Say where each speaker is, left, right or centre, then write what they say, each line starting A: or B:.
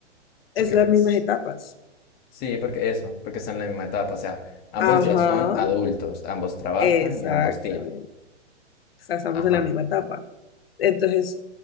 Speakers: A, on the left; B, on the left.
A: Porque
B: es las
A: pues,
B: mismas etapas.
A: sí, porque eso, porque están en la misma etapa, o sea, ambos
B: Ajá.
A: ya son adultos, ambos trabajan
B: Exactamente.
A: y ambos tienen.
B: O sea, estamos
A: Ajá.
B: en la misma etapa. Entonces,